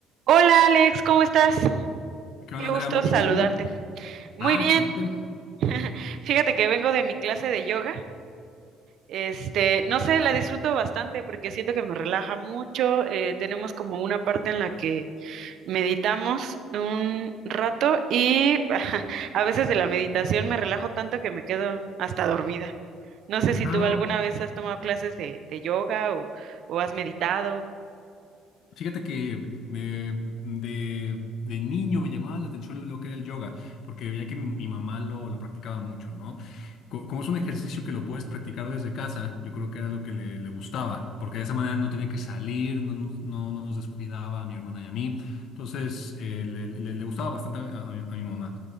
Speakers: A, on the right; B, on the left.
A: Hola Alex, ¿cómo estás?
B: ¿Qué
A: Qué
B: onda, Andrea?
A: gusto
B: Muy
A: saludarte.
B: bien, ¿y tú?
A: Muy
B: Ah,
A: bien.
B: excelente.
A: <laughs> Fíjate que vengo de mi clase de yoga. Este, no sé, la disfruto bastante porque siento que me relaja mucho. eh, tenemos como una parte en la que meditamos un rato y <laughs> a veces de la meditación me relajo tanto que me quedo hasta dormida. No sé si
B: Ah,
A: tú alguna vez has tomado clases de, de yoga o o has meditado.
B: fíjate que me- de, de niño me llamaba la atención lo que era el yoga, porque veía que mi, mi mamá lo, lo practicaba mucho, ¿no? Co- Como es un ejercicio que lo puedes practicar desde casa, yo creo que era lo que le, le gustaba, porque de esa manera no tenía que salir, no, nos no- no nos descuidaba a mi hermana y a mí. Entonces, eh, le, le- le gustaba bastante a a mi a mi mamá.